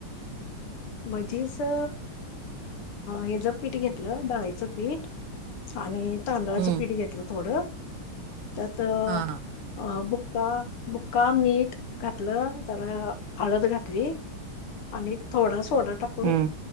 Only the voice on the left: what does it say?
म्हजेच अ हेच पीठ घेतलं. डाळीचं पीठ- आणि तांदळाचं
पीठ घेतलं थोडं- त्यात
अ ब- मुक्का मीठ घातलं त्याला हळद घातली. आणि थोडा सोडा टाकून-